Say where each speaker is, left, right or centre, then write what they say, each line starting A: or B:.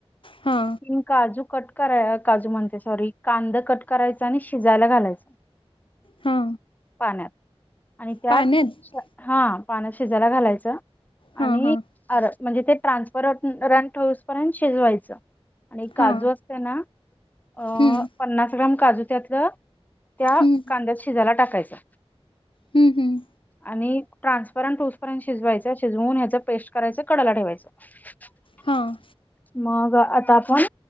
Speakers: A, on the left (about 55°); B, on the left (about 15°).
A: हा
B: तीन काजू कट- करा काजू म्हणते सॉरी कांदा कट करायचा आणि शिजायला घालायचा
A: हा
B: पाण्यात आणि त्यात
A: पाण्यात
B: हा- पानं शिजायला घालायचं आणि
A: हा -हा
B: अर.. म्हणजे ते ट्रान्सफर- रंट होऊस पर्यंत शिजवायचं आणि काजू
A: हा
B: असतं ना अ-
A: हम्म
B: पन्नास ग्रॅम काजू त्यातलं त्या
A: हम्म
B: कांद्यात शिजायला टाकायचा
A: हम्म -हम्म
B: आणि ट्रान्सपरंट होऊस पर्यंत शिजवायच शिजवून ह्याच पेस्ट करायचं कडला ठेवायचं <unintelligible>
A: हां
B: मग आता आपण